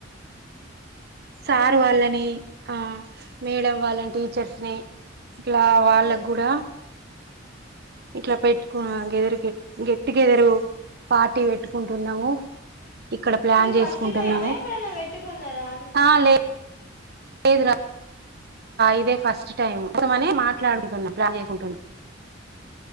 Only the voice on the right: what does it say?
సారు
వాళ్ళని ఆ మేడం వాళ్ళని టీచర్స్ ని ఇట్లా వాళ్ళకు
కూడా ఇట్లా పెట్టుకున్న గెదార్ గె గట్ గెట్ గెదర్ పార్టీ పెట్టుకుంటున్నాము ఇక్కడ ప్లాన్
చేసుకుంటున్నాము
ఆ లే కేదురా ఇదే ఫస్ట్ టైమ్మని మాట్లాడుకుంటున్నా ప్లాన్ చేసుకుంటున్నా